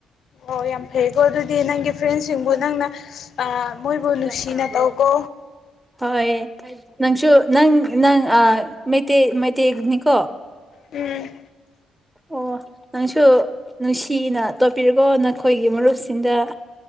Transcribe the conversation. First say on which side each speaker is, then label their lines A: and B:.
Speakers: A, on the left; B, in the centre.
A: ꯑꯣ ꯌꯥꯝ ꯐꯩꯀꯣ ꯑꯗꯨꯗꯤ ꯅꯪꯒꯤ ꯐ꯭ꯔꯦꯟꯁꯤꯡꯕꯨ
B: ꯍꯣꯏ
A: ꯅꯪꯅ ꯑ ꯃꯣꯏꯕꯨ
B: ꯍꯤꯗꯥꯛ
A: ꯅꯨꯡꯁꯤꯅ
B: ꯆꯥꯕ꯭ꯔꯣ
A: ꯇꯧꯀꯣ
B: ꯍꯣꯏ ꯅꯪꯁꯨ ꯅꯪ ꯅꯪ ꯑ ꯃꯩꯇꯩ ꯃꯩꯇꯩꯅꯤꯀꯣ
A: ꯎꯝ
B: ꯑꯣ ꯅꯪꯁꯨ ꯅꯨꯡꯁꯤꯅ ꯇꯧꯕꯤꯌꯨꯀꯣ ꯅꯈꯣꯏꯒꯤ ꯃꯔꯨꯞꯁꯤꯡꯗ